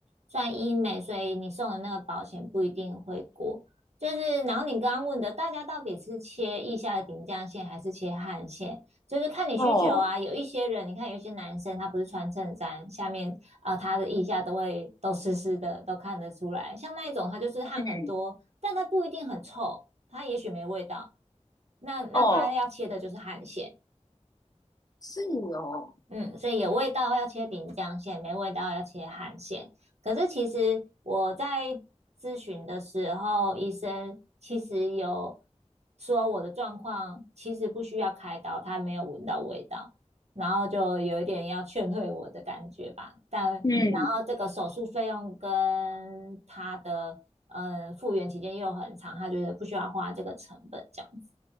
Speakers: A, on the right; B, on the left.
A: 算医美，所以你送的那个保险不一定会过。就是，然后你刚刚问的，大家到底是切腋下的顶降线还是切汗线，就是看你需求啊。
B: 哦，
A: 有一些人，你看有一些男生，他不是穿衬衫，下面啊、呃他的腋下都会都湿湿的，都看得出来。像那一种，他就是汗很多，
B: 嗯，
A: 但他不一定很臭，他也许没味道。那那他要切的就是汗腺。
B: 哦，是哦，
A: 嗯，所以有味道要切饼酱线，没味道要切汗馅。可是其实我在咨询的时候，医生其实有说我的状况其实不需要开刀，他没有闻到味道，然后就有一点要劝退我的感觉吧。但然后这个手术费用跟他的嗯、
B: 嗯
A: 呃复原期间又很长，他觉得不需要花这个成本这样子。